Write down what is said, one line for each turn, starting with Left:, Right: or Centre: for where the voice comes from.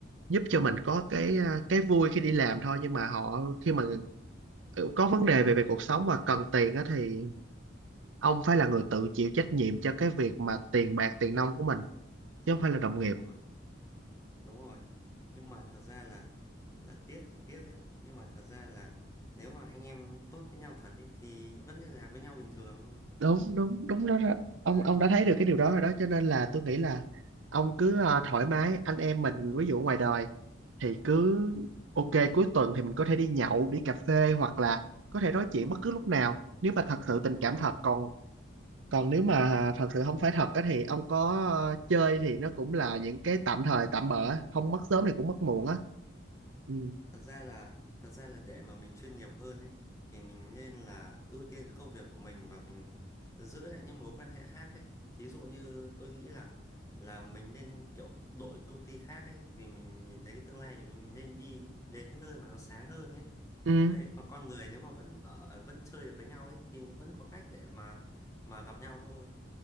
Right: giúp cho mình có cái à, cái vui khi đi làm thôi nhưng mà họ
Left: đúng
Right: khi mà
Left: rồi
Right: có vấn đề về về cuộc sống và cần tiền á thì ông phải là người tự chịu trách nhiệm cho cái việc mà tiền bạc tiền nong của mình chứ không phải là đồng
Left: đúng
Right: nghiệp
Left: rồi đúng rồi nhưng mà thật ra là là tiếc thì tiếc ấy nhưng mà thật ra là nếu mà anh em tốt với nhau thật ấy thì vẫn liên lạc với nhau bình thường thôi
Right: đúng đúng đúng đó, đó
Left: đấy
Right: ông ông đã thấy được cái điều đó rồi đó cho nên là tôi nghĩ là ông cứ à, thoải mái anh em mình ví dụ ngoài đời thì cứ ok cuối tuần thì mình có thể đi nhậu đi cà phê hoặc là có thể nói
Left: đúng
Right: chuyện
Left: rồi
Right: bất cứ lúc nào nếu mà thật sự tình
Left: đúng
Right: cảm
Left: rồi
Right: thật còn còn nếu mà thật sự không phải thật á thì ông có ờ, chơi thì nó cũng là những cái tạm thời tạm bỡ
Left: đúng rồi
Right: không mất sớm thì cũng mất
Left: đúng
Right: muộn
Left: rồi
Right: á ừ.
Left: thật ra là thật ra là để mà mình chuyên nghiệp hơn ấy thì mình nên là ưu tiên cái công việc của mình và mình giữ lại những mối quan hệ khác ấy thí dụ như tôi nghĩ là là mình nên kiểu đổi công ty khác ấy vì mình nhìn thấy cái tương lai thì mình nên đi đến cái nơi mà nó sáng hơn ấy
Right: Ừ.
Left: đấy còn con người nếu mà vẫn ở vẫn chơi được với nhau ấy thì vẫn có cách để mà mà gặp nhau thôi